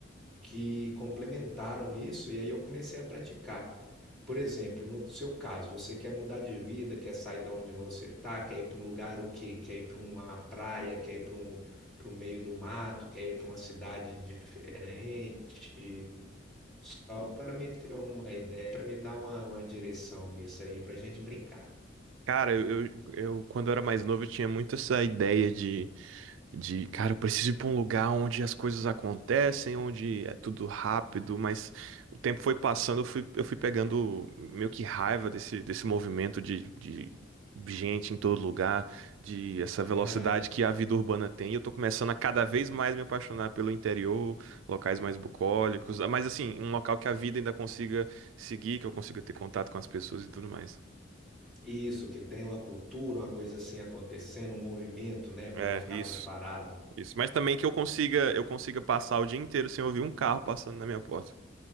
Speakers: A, in the centre; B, on the right (about 85°).
A: que complementaram isso e aí eu comecei a praticar. Por exemplo, no seu caso, você quer mudar de vida, quer sair da onde você tá, quer ir para um lugar o quê? Quer ir para uma praia, quer ir para um para o meio do mato, quer ir para uma cidade diferente. Só para me ter uma ideia, para me dar uma, uma direção nisso aí, para a gente brincar.
B: Cara, eu, eu, eu, quando eu era mais novo, eu tinha muito essa ideia de, de, cara, eu preciso ir pra um lugar onde as coisas acontecem, onde é tudo rápido, mas o tempo foi passando, eu fui, eu fui pegando meio que raiva desse, desse movimento de, de gente em todo lugar, de essa velocidade
A: Aham.
B: que a vida urbana tem. E eu tô começando a cada vez mais me apaixonar pelo interior, locais mais bucólicos, mas assim, um local que a vida ainda consiga seguir, que eu consiga ter contato com as pessoas e tudo mais.
A: Isso, que tem uma cultura, uma coisa assim acontecendo, um movimento, né, para
B: É,
A: não ficar
B: isso,
A: muito parado.
B: isso. Mas também que eu consiga, eu consiga passar o dia inteiro sem ouvir um carro passando na minha porta.